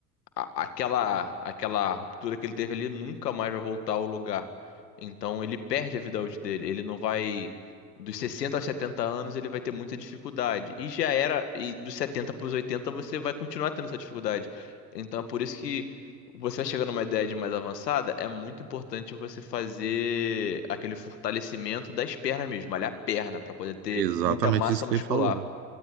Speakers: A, on the left; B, on the right.
A: a- aquela aquela ruptura que ele teve ali nunca mais vai voltar ao lugar. Então ele perde a vida útil dele. Ele não vai dos 60 aos 70 anos ele vai ter muita dificuldade. E já era e dos 70 para os 80 você vai continuar tendo essa dificuldade. Então é por isso que você vai chegando numa idade mais avançada, é muito importante você fazer aquele fortalecimento das pernas mesmo, malhar a perna para poder ter
B: Exatamente
A: muita massa
B: isso
A: muscular.
B: que ele falou.